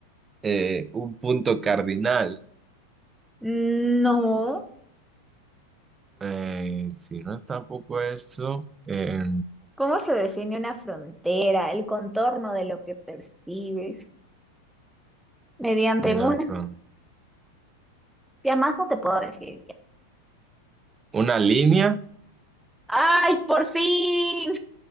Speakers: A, on the right (about 20°); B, in the centre.
A: Eh, un punto cardinal.
B: no.
A: Eh, si no es tampoco eso, eh,
B: ¿Cómo se define una frontera, el contorno de lo que percibes? Mediante
A: una
B: una.
A: fron-
B: Ya más no te puedo decir.
A: una línea.
B: ¡Ay, por fin!